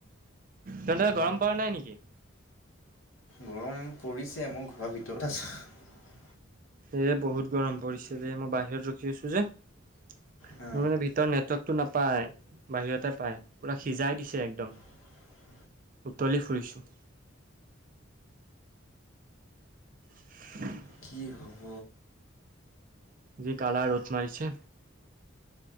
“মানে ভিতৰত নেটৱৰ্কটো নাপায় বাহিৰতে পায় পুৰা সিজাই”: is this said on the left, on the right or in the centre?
Right